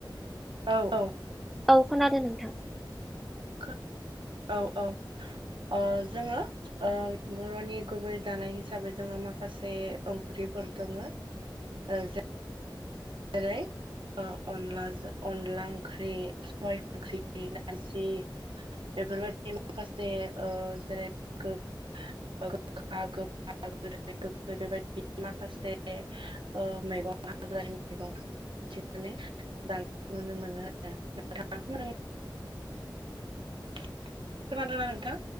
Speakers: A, on the right; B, in the centre.
A: औ औ
B: औ खोनादों नोंथां।
A: खो औ औ ओह जोङो ओह बरनि गुबै जानाय हिसाबै जोङो माखासे ओंख्रिफोर दङो ओह जे जेरै अनलाजो अनला ओंख्रि सबाय ओंख्रि नारजि बेफोरबायदि माखासे ओह जेरै गोखा गोखा गोदै गोगखै बेबायदि माखासे ओह मैगं हाग्रानि मैगं थिनानै जानाय नुनो मोनो आरो नोंथां <inaudible> खोनादोंना नोंथां?